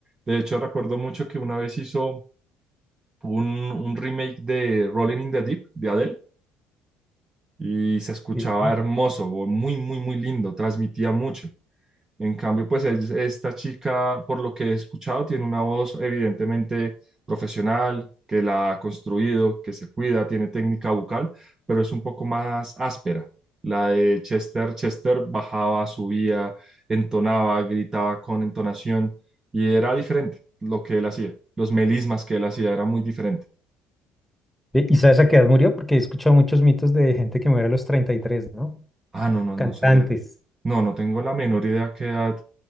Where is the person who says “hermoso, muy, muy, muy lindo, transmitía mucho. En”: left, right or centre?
Right